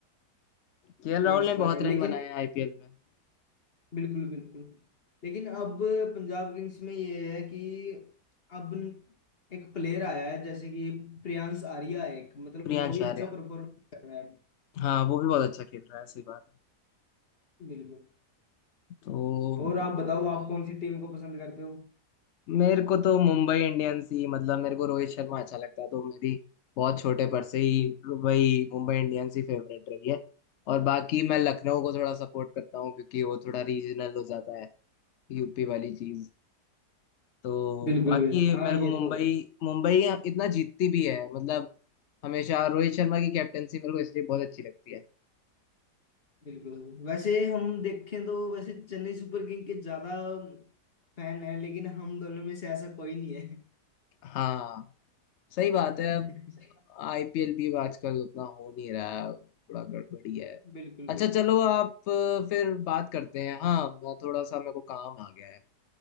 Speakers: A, on the left (about 65°); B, on the left (about 35°).
A: केएल राहुल
B: ये इस
A: ने
B: बार
A: बहुत
B: है लेकिन
A: रन बनाए आईपीएल में
B: बिल्कुल बिल्कुल लेकिन अब पंजाब किंग्स में ये है कि अब एक प्लेयर आया है जैसे कि प्रियांश आर्या है एक मतलब
A: प्रियांश
B: वो भी
A: आर्या
B: अच्छा परफॉर्मेंस कर रहा है
A: हाँ वो भी बहुत अच्छा खेल रहा है सही बात है
B: बिल्कुल
A: तो
B: और आप बताओ आप कौन सी टीम को पसंद करते हो
A: मेरे को तो मुंबई इंडियंस ही मतलब मेरे को रोहित शर्मा अच्छा लगता है तो मेरी बहुत छोटे पर से ही वही मुंबई इंडियंस ही फेवरेट रही है और बाकी मैं लखनऊ को थोड़ा सपोर्ट करता हूँ क्योंकि वो थोड़ा रीजनल हो जाता है यूपी वाली चीज तो
B: बिल्कुल
A: बाकी
B: हाँ
A: मेरे
B: ये
A: को मुंबई
B: तो है
A: मुंबई इतना जीतती भी है मतलब हमेशा रोहित शर्मा की कैप्टनसी मेरे को इसलिए बहुत अच्छी लगती है
B: बिल्कुल वैसे हम देखें तो वैसे चेन्नई सुपर किंग के ज्यादा फैन है लेकिन हम दोनों में से ऐसा कोई नहीं है
A: हाँ सही बात
B: <laughs>
A: है अब
B: सही बात।
A: आईपीएल भी आजकल उतना हो नहीं रहा है थोड़ा गड़बड़ी है
B: बिल्कुल
A: अच्छा
B: बिल्कुल
A: चलो आप अ, फिर बात करते हैं हाँ मैं थोड़ा सा मेरे को काम आ गया है